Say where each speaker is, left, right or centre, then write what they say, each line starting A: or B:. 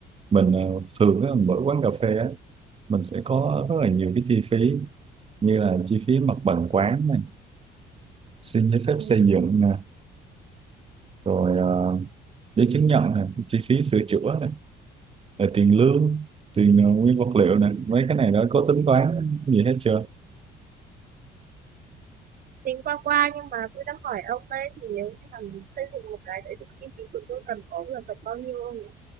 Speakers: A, on the right; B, on the right.
A: mình ờ, thường á, mở quán cà phê á mình sẽ có rất là nhiều cái chi phí như là chi phí mặt bằng quán này xin giấy phép xây
B: Ừ.
A: dựng nè rồi ờ, giấy chứng nhận nè chi phí sửa chữa nè rồi tiền lương tiền ờ, nguyên vật liệu này mấy cái này đó có tính toán gì hết chưa
B: tính qua qua nhưng mà tôi đang hỏi ông đấy thì nếu như mà mình xây dựng một cái đấy thì kinh phí của tôi cần có được tầm bao nhiêu không nhỉ